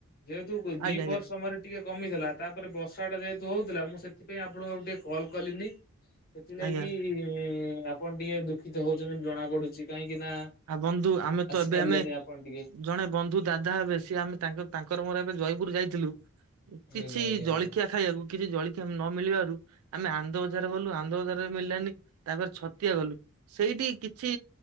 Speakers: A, on the left; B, on the right.
A: ଯେହେତୁ ଦିପହର
B: ଆଜ୍ଞା ଆଜ୍ଞା
A: ସମୟରେ ଟିକେ କମିଥିଲା ତାପରେ ବର୍ଷା ଟା ଯେହେତୁ ହଉଥିଲା ମୁଁ ସେଥିପାଇଁ ଆପଣଙ୍କୁ ଆଉ ଟିକେ କଲ୍ କଲିନି। ସେଥିଲାଗି
B: ଆଜ୍ଞା
A: ଆପଣ ଟିକେ ଦୁଃଖିତ ହଉଛନ୍ତି ଜଣା ପଡୁଛି କାହିଁକିନା
B: ଆ ବନ୍ଧୁ ଆମେ ତ ଏବେ
A: <unintelligible>
B: ଆମେ
A: ଆପଣ ଟିକେ
B: ଜଣେ ବନ୍ଧୁ ଦାଦା ହେବେ ସିଏ ଆମେ ତାଙ୍କ ତାଙ୍କର ମୋର ଏବେ ଜୟପୁର ଯାଇଥିଲୁ। କିଛି
A: ଆଜ୍ଞା ଆଜ୍ଞା
B: ଜଳିଖିଆ
A: ଆଜ୍ଞା।
B: ଖାଇବାକୁ କିଛି ଜଳିଖିଆ ନ ମିଳିବାରୁ ଆମେ ଆନ୍ଦ ବଜାର ଗଲୁ ଆନ୍ଦ ବଜାରରେ ମିଳିଲାନି ତାପରେ ଛତିଆ ଗଲୁ ସେଇଟି କିଛି